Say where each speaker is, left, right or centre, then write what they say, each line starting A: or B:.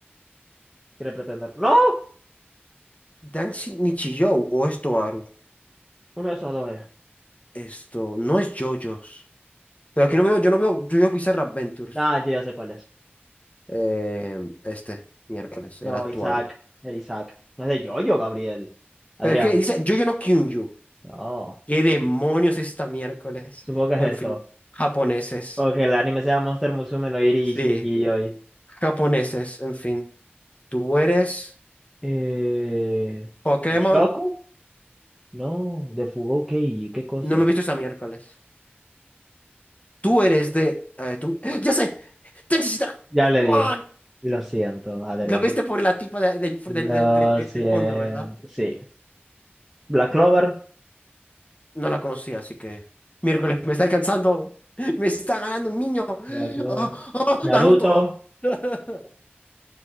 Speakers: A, in the centre; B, on the left (about 35°).
A: Quiere pretender. ¡No!
B: Danshi Nichijou o esto, Aru.
A: Uno de esos dos es.
B: Esto, no es JoJo's. Pero aquí no veo, yo no veo JoJo's Bizarre Adventures.
A: Ah, yo ya sé cuál es.
B: eh, este miércoles,
A: No,
B: el actuador.
A: Isaac. El Isaac. No es de Yoyo, Gabriel. Adrián.
B: Pero es que dice Yoyono Kyunju.
A: No.
B: ¿Qué demonios esta miércoles?
A: Supongo que es
B: En
A: esto.
B: fin, japoneses.
A: Porque el anime se llama Monster Musume no Iri
B: Sí,
A: Shihiyoi.
B: japoneses, en fin. Tú eres
A: Eh.
B: Pokémon,
A: ¿Shoku? No, de Fugou Keiji, qué cosas.
B: no me he visto esta miércoles. Tú eres de... eh, tú- ¡Ah! Ya sé, Tenshin Shitara.
A: Ya le dije.
B: ¡Ah!
A: Lo siento, Adrián.
B: Lo viste por la tipa de- del del-
A: Lo
B: del- del-
A: siento.
B: del fondo, ¿verdad?
A: Sí. Black Clover.
B: No la conocía, así que. Miércoles, me está alcanzando. Me está ganando un niño.
A: Black Clover.
B: ¡Ah, ah,
A: Naruto.
B: Naruto. <laughs>